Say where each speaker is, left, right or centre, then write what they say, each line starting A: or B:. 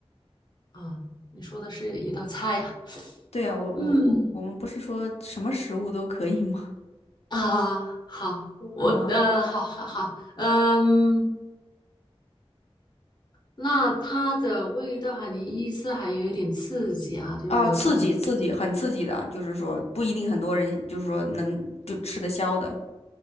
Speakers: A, on the left; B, on the left.
A: 啊。你说的是一道菜呀？
B: 对啊，我我我我们不是说什么食物都可以吗？
A: 嗯嗯，啊，好，我呃，
B: <laughs> 啊
A: 好好好，嗯。那它的味道哈，你意思还有一点刺激啊，就是有可能
B: 啊，刺激刺激，很刺激的，就是说不一定很多人就是说能就吃得消的。